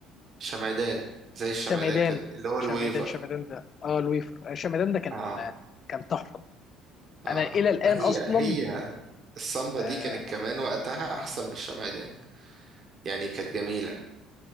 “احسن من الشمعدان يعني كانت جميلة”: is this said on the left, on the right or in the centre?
Right